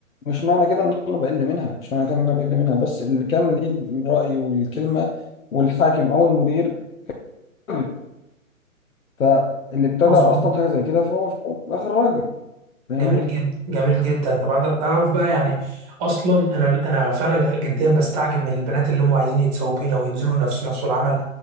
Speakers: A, on the left; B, on the right.
A: مش معنى كده ان انا بقل منها مش معنى كده ان انا بقل منها بس اللي كان ليه الراي والكلمه والحاكم او المدير راجل فاللي ابتدى
B: مظبوط
A: اصلا حاجه زي كده فهو في الاخر راجل فاهمني
B: جميل جدا جميل جدا طبعا ده- تعرف بقى يعني اصلا انا انا فعلا جديا بستعجب من البنات اللي هم عايزين يتسووا بينا وينزلوا نفس نفسه العمل